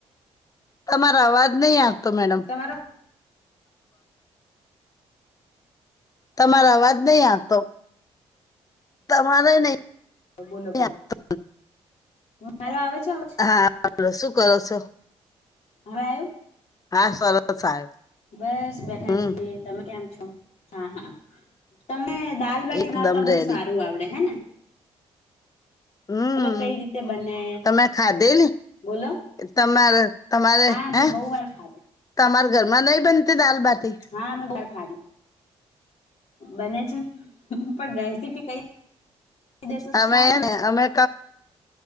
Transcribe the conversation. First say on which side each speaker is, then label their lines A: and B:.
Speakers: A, on the left; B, on the left.
A: તમારો અવાજ નહી આપતો મેડમ.
B: તમારો
A: તમારો અવાજ નહી આવતો. તમારે નહી.
B: બોલો બોલો.
A: આવતો
B: મારો આવે? છે અવાજ
A: હા! શું કરો છો?
B: અવે આયુ?
A: હા સરસ આવ્યો
B: બસ બેઠા
A: હમ
B: છીએ. તમે કેમ? હા હા! તમે દાલબટી
A: એકદમ
B: માવતા
A: રેડી
B: બહુ સારું આવડે. હેને?
A: હમ!
B: કઈ રીતે બને
A: તમે ખાધેલી?
B: બોલો
A: તમારે તમારે.
B: અમે
A: હા
B: બહુ વાર ખાધે
A: તમારા ઘરમાં નહી બનતી દાલબટી?
B: હા અમે બાર ખાધી બને છે. પણ રેસીપી કઈ. દસો તો
A: અમેને
B: સારી મ છે એમ.
A: અમે